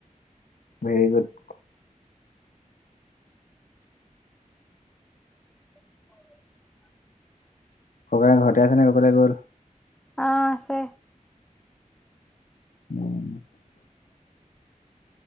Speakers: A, on the left (about 80°); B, in the centre.
A: ভেৰি গুড।
B: <inaudible>
A: ককাই ঘৰতে আছে ন ক'ৰবলে গ'ল?
B: অ', আছে।
A: <inaudible>